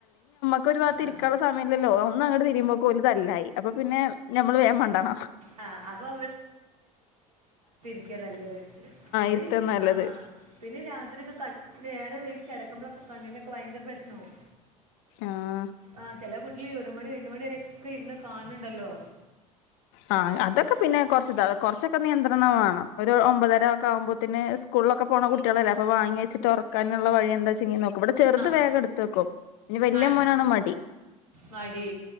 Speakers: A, on the left (about 60°); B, on the right (about 90°).
A: ക്കൊരു ഭാത്ത്‌
B: ആ
A: ഇരിക്കാനുള്ള സമയല്ലല്ലോ ഒന്നങ്ങട്ട് തിരിയുമ്പോക് ഓല് തല്ലായി. അപ്പൊ പിന്നെ ഞമ്മള് വേം മണ്ടണ
B: ആ അപ്പോൾ ക്കെ നല്ലത് പിന്നെ
A: ഇരുത്തം
B: ഇ
A: നല്ലത്
B: ആ പിന്നെ രാത്രിയൊക്കെ കട് നേരം വൈകി കെട നമ്മളൊക്കെ കണ്ണിനൊക്കെ വയങ്കര പ്രശ്നാവും.
A: ആ
B: ആ ചെല വീട്ടില് ഒരു മണി രണ്ട് മണി രെ ഒക്കെ ഇര്ന്ന് കാൺണ് ണ്ടല്ലോ.
A: ആ അതൊക്കെ പിന്നെ കുറച്ച്ത കുറച്ചൊക്കെ നിയന്ത്രണം വേണം ഒരു ഒമ്പതര ഒക്കെ ആവുമ്പോത്തിന് സ്കൂളിലൊക്കെ- പോണ കുട്ടികളല്ല അപ്പൊ വാങ്ങിയെച്ചിട്ട് ഒറക്കാനുള്ള വഴി എന്താച്ചെങ്കി നോ- ക്ക്‌ ഇവിടെ ചെറുത്
B: ആ
A: വേഗം എട്ത്ത് വെക്കും ഇന്റെ വല്ല്യ
B: ആ
A: മോനാ മടി.
B: മടി